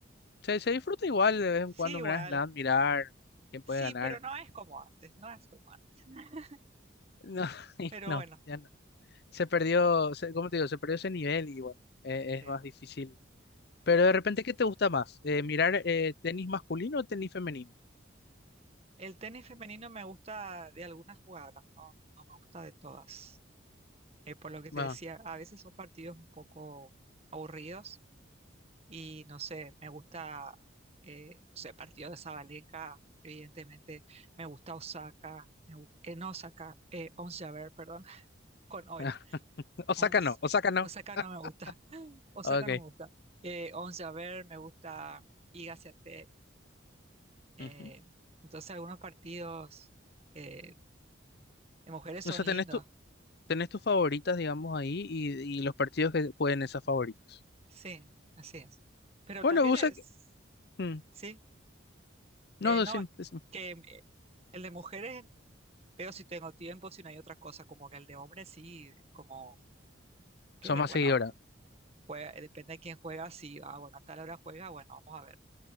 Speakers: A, on the left; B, on the right.
A: se, se disfruta igual de vez en
B: Sí,
A: cuando
B: igual.
A: un Grand Slam, mirar quién puede
B: Sí,
A: ganar.
B: pero no es como antes, no es como antes. <laughs>
A: No, <laughs>
B: Pero
A: no,
B: bueno,
A: ya no. Se perdió, se- ¿cómo te digo? Se perdió ese nivel y bueno, eh, es
B: eh,
A: más difícil. Pero de repente, ¿qué te gusta más? Eh, ¿mirar eh, tenis masculino o tenis femenino?
B: el tenis femenino me gusta de algunas jugadoras, no, no me gusta de todas. Eh, por lo que te
A: Ah,
B: decía, a veces son partidos un poco aburridos y no sé, me gusta, eh, no sé, partido de Sabalenka, evidentemente, me gusta Osaka, me gu- en Osaka, eh, Ons Jabeur, perdón, <laughs> con Oera.
A: <laughs> Osaka
B: Ons.
A: no, Osaka no.
B: Osaka
A: <laughs>
B: no me gusta. <laughs> Osaka
A: Ok.
B: no me gusta. Eh, Once, a ver me gusta Iga Swiatek. Eh,
A: ujú.
B: entonces algunos partidos eh, de mujeres
A: O
B: son
A: sea, tenés
B: lindos.
A: tu, tenés tus favoritas, digamos, ahí y, y los partidos que jueguen esas favoritas.
B: Sí, así es. Pero
A: Bueno,
B: también
A: vos
B: es,
A: sabés que- mm,
B: sí,
A: No,
B: eh,
A: decime,
B: no,
A: decime.
B: que eh, el de mujeres veo si tengo tiempo, si no hay otra cosa, como que el de hombres sí, es como que,
A: Son más
B: bueno,
A: seguidoras.
B: juega, eh, depende de quién juega, si, ah, bueno, a tal hora juega, bueno, vamos a ver.